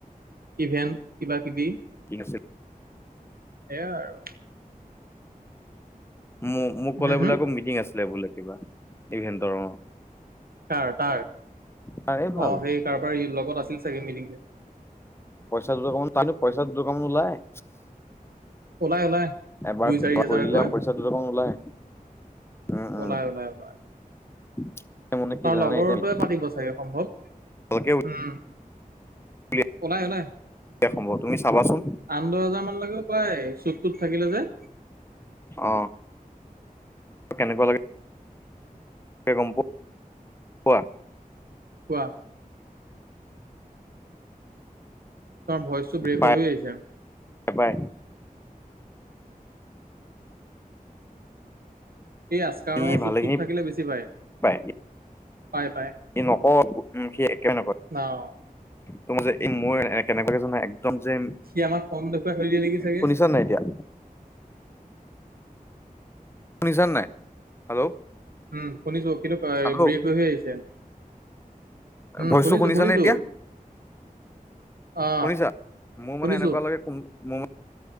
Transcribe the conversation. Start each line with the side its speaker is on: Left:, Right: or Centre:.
Right: ইভেন্ট কিবা কিবি।
Left: ঠিক আছে।
Right: সেইয়া আৰু।
Left: মো-মোক কলে
Right: হম
Left: বোলে
Right: হম
Left: আকৌ মিটিং আছিলে বোলে কিবা, ইভেন্টৰ অ।
Right: তাৰ তাৰ।
Left: তাৰে ভাল
Right: অ সেই কাৰবাৰ লগত আছিল চাগে মিটিং-চিটি
Left: পইচা দুটকামান তাৰ কিন্তু পইচা দুটকামান ওলাই।
Right: ওলাই ওলাই,
Left: এবাৰ
Right: দুই চাৰি হাজাৰকৈ।
Left: কৰিলে পইচা দুটকামান ওলাই উম উম
Right: ওলাই ওলাই ওলাই।
Left: <inaudible> কি
Right: তাৰ
Left: জানানে
Right: লগৰটোৱে
Left: এতিয়া
Right: পাতিব চাগে সম্ভৱ।
Left: ভালকে
Right: উম।
Left: উলিয়াই
Right: ওলাই ওলাই।
Left: সম্ভৱ তুমি চাবাচোন
Right: আঠ দহ হেজাৰ মান লৈকে ওলাই, চুট টোত থাকিলে যে।
Left: অ। কেনেকুৱা লাগে গম পোৱা?
Right: কোৱাহ। তোমাৰ ভইচটো ব্ৰেক
Left: পাই
Right: হৈ হৈ আহিছে।
Left: পাই
Right: সেই আচকাৰণৰ
Left: ই ভালেখিনি
Right: চুট টোত থাকিলে বেছি পায়।
Left: পায়
Right: পাই পাই
Left: ই নক উ সি একোৱে নকয়,
Right: অ
Left: তুমি যে এই মোৰ কেনেকুৱাজন নহ - একম যে,
Right: সি আমাক কম দেখুৱাই থৈ দিয়ে নেকি চাগে
Left: শুনিছা নাই এতিয়া? শুনিছ নাই? হেল্ল',
Right: উম শুনিছো। কিন্তু
Left: হেল্ল'
Right: ব্ৰেক হৈ হৈ আহিছে। উম
Left: ভইচটো
Right: শুনিছো
Left: শুনিছানে
Right: শুনিছো
Left: এতিয়া?
Right: অ
Left: শুনিছা মোৰ
Right: শুনিছো
Left: মানে এনেকুৱা লাগে কোন মোৰ